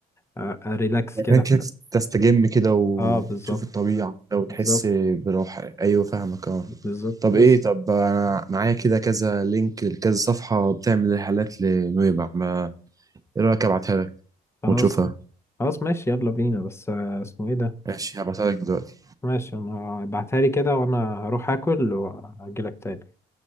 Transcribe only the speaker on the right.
مكان
كده تستجم كده وتشوف
الطبيعه كده وتحس
براحه ايوه فاهمك اه
طب
ايه طب انا معايا كده كذا لينك لكذا صفحه بتعمل رحلات لنويبع ما ايه رايك ابعتها لك
وتشوفها
ماشي هبعتها لك دلوقتي